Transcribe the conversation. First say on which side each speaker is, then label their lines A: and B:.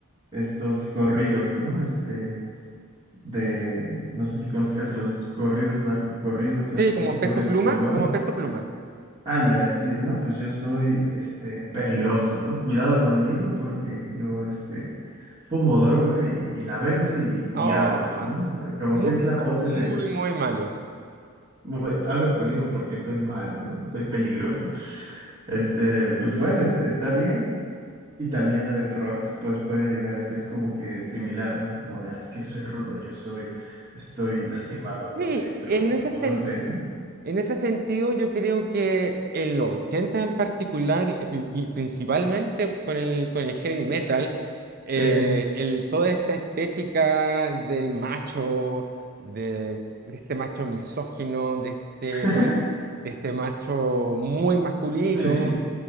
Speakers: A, on the right; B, on the right.
A: estos corridos, ¿no? Este, de... No sé si conozcas los corridos narcocorridos o
B: Sí,
A: estos
B: como
A: corridos
B: peso pluma,
A: tumbados.
B: como peso pluma.
A: Ándale, así de, ¿no? Pues yo soy, este, peligroso, ¿no? Cuidado conmigo porque yo, este, fumo droga y, y la vendo y, y
B: Oh,
A: aguas, ¿no? O sea, Como
B: muy
A: que es la
B: malo,
A: pose del
B: muy, muy malo.
A: bu- aguas conmigo porque soy malo, ¿no? Soy peligroso. Este, pues bueno, este, está bien. Y también la del rock, pues puede llegar a ser como que similar, ¿no? Así como de, "Ah, es que soy rudo, yo soy, estoy lastimado por
B: Sí,
A: dentro,
B: en
A: o,
B: ese sentido.
A: o no sé, ¿no?
B: En ese sentido, yo creo que en los 80 en particular, y pri- y principalmente con el, con el heavy metal, eh,
A: Sí,
B: el- toda esta estética del macho, de, de este macho misógino, de este,
A: <laughs>
B: ma- de este macho muy masculino,
A: sí,